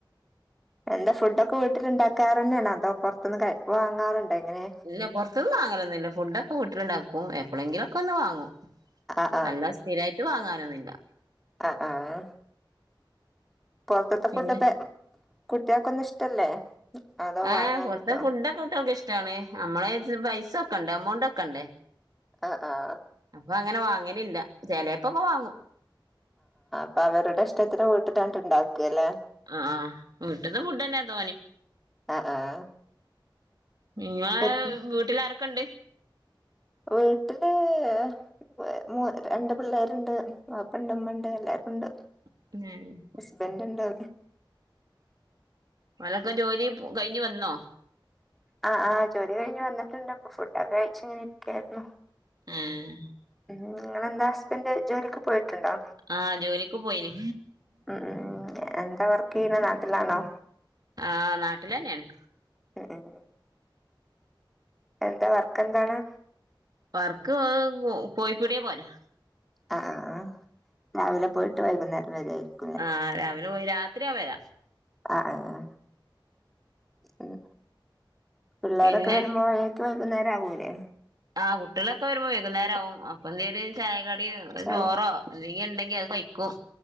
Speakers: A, in the centre; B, on the right.
A: എന്താ ഫുഡൊക്കെ വീട്ടിലുണ്ടാക്കാറ്ന്നെണോ അതോ പോർതിന്ന് കഴ വാങ്ങാറുണ്ടോ എങ്ങനെ
B: ഇല്ല പൊർതിന്ന് വാങ്ങലൊന്നുല്ല ഫുഡൊക്കെ വീട്ടിൽണ്ടാക്കും എപ്പളെങ്കിലൊക്കെ ഒന്ന് വാങ്ങും.
A: ആഹ്
B: അല്ലാ സ്ഥിരായിട്ട് വാങ്ങാനൊന്നില്ല.
A: അഹ് ആഹ് പൊർത്ത്ത്തെ
B: പിന്നെ
A: ഫുഡ്ഡക്കെ കുട്ടിയാക്കൊന്നു ഇഷ്ടല്ലേ അതോ
B: ആഹ്
A: വാങ്ങാനിട്ടോ?
B: പോർത്തെ ഫുഡൊക്കെ കുട്ട്യേൾക്ക് ഇഷ്ടാണ്. നമ്മളയിച് പൈസ്സൊക്കണ്ടേ എമൗണ്ട് ഒക്കെണ്ടേ.
A: അഹ് ആഹ്
B: അപ്പ അങ്ങനെ വാങ്ങലില്ല ചേലെപ്പൊക്കെ വാങ്ങും.
A: പ്പ അവരുടെ ഇഷ്ടത്തിന് വീട്ട്ത്താണ്ട് ഇണ്ടാക്കാല്ലെ.
B: അഹ് ആഹ് വീട്ട്ത്തെ ഫുഡ്ഡന്നെ തോന്നിം.
A: അഹ് ആഹ്
B: നിങ്ങളെ
A: പിന്നെ
B: വീട്ടിലാരെക്കെണ്ട്
A: വീട്ട്ല്.. വെ മൂ രണ്ട് പിള്ളേരുണ്ട് വാപ്പണ്ട് മ്മണ്ട് എല്ലാരുണ്ട്.
B: <unintelligible> ഞാനും
A: ഹസ്ബന്റ്ണ്ട്.
B: ഓലൊക്കെ ജോലി പ് കഴിഞ്ഞ് വന്നോ.
A: അഹ് ആഹ് ജോലി കഴിഞ്ഞ് വന്നിട്ടുണ്ട് പ്പൊ ഫുഡൊക്കെ കഴിച്ചിങ്ങനെ, ഇരിക്കായിരുന്നു.
B: ഏഹ്
A: ങ്ങങ്ങളെന്താ ഹസ്ബൻൻ്റ് ജോലിക്ക് പോയിട്ട്ണ്ടോ
B: ആഹ്, ജോലിക്ക് പോയിനി
A: അഹ് ആഹ് എന്താ വർക്കെയ്യ്ണ് നാട്ടിലാണോ
B: ആഹ് നാട്ടിലെന്നെണ്.
A: ഉം ഉം എന്താ വർക്കെന്താണ്
B: വർക്ക് ഇഹ് കോഴിപ്പീടീ പോലാ
A: അഹ് ആഹ് രാവിലെ പോയിട്ട് വൈകുന്നേരം വര്വായിരിക്കും
B: ആഹ് രാവിലെ പോയി രാത്രിയാവു വെരാം
A: അഹ് ആഹ് ഉം പിള്ളേരൊക്കെ
B: പിന്നെ
A: വരുമ്പോഴേ ക് വൈകുന്നേരാവൂലെ
B: ആഹ് കുട്ടിയേള്ക്കെ വരുമ്പോ വൈകുന്നേരാവും. അപ്പൊന്തെര് ചായ കടിം, ഒര്
A: ചായ
B: ചോറോ എന്തെങ്കി ണ്ടെങ്കി അത് കഴിക്കും